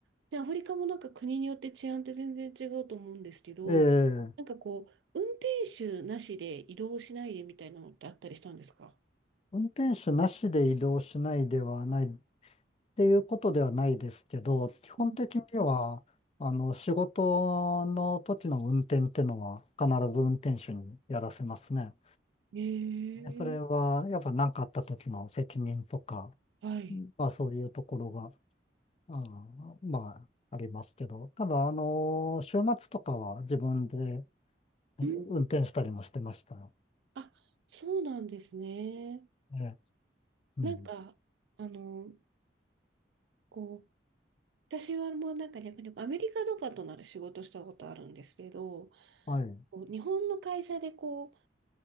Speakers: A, on the right; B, on the left.
A: う、で、アフリカもなんか国によって治安って全然違うと思うんですけど、
B: ええ、
A: なんかこう、運転手なしで移動しないでみたいなのってあったりしたんですか
B: 運転手なしで移動しないではないっていうことではないですけど、基本的には、
A: うん
B: あの、仕事の時の運転ってのは必ず運転手にやらせますね。
A: ええ
B: それは、やっぱ何かあった時の責任とか、
A: はい。
B: まあそういうところが、あーまあありますけど、ただ、あの、週末とかは自分で運転したりもしてましたよ。
A: うん、あ、そうなんですね。
B: ええうん。
A: なんか、あの、こう、私はもうなんか逆にアメリカとかとなら仕事したことあるんですけど、
B: はい、
A: こう日本の会社でこう、